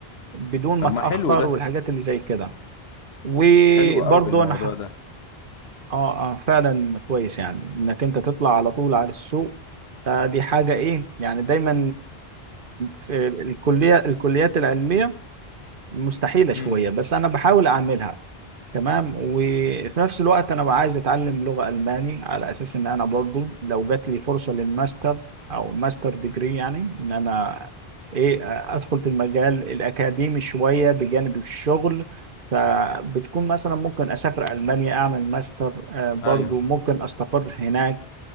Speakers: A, on the right; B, on the left.
A: بدون
B: طب
A: ما اتاخر
B: ما حلو ده
A: والحاجات اللي زي كده وبرضه
B: حلو قوي الموضوع
A: انا ح...
B: ده
A: اه اه فعلا كويس يعني انك انت تطلع على طول على السوق فدي حاجه ايه يعني دايما في الكليه الكليات العلميه مستحيله شويه
B: امم
A: بس انا بحاول اعملها تمام وفي نفس الوقت انا بقى عايز اتعلم لغة الماني على اساس ان انا برضو لو جات لي فرصة للماستر او ماستر ديجري يعني ان انا ايه ادخل في المجال الاكاديمي شوية بجانب الشغل فبتكون مثلا ممكن اسافر المانيا اعمل ماستر آه، برضو
B: ايوه
A: ممكن استقر هناك